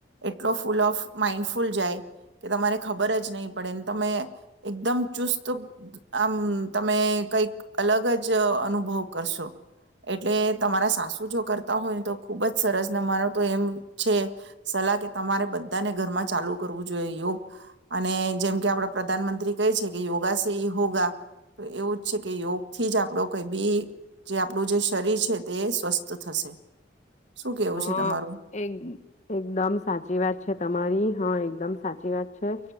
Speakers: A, on the right (about 80°); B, on the left (about 40°).
A: એટલો ફૂલ ઓફ માઈન્ડફુલ જાય. કે તમારે ખબર જ નહીં પડે ને તમે એકદમ ચુસ્ત આમ તમે કઈક અલગ જ અનુભવ કરશો એટલે તમારા સાસુ જો કરતા હોય ને તો ખુબ જ સરસ ને મારો તો એમ છે સલાહ કે તમારે બધાને ઘરમાં ચાલુ કરવું જોઈએ યોગ અને જેમ કે આપડ પ્રધાનમંત્રી કે છે કે યોગા સે હોગા તો એવું જ છે કે યોગથી જ આપણું કઈ બી જે આપણું જે શરીર છે તે સ્વસ્થ થશે શું કેવું
B: હા
A: છે તમારું
B: એક એકદમ સાચી વાત છે તમારી હા એકદમ સાચી વાત છે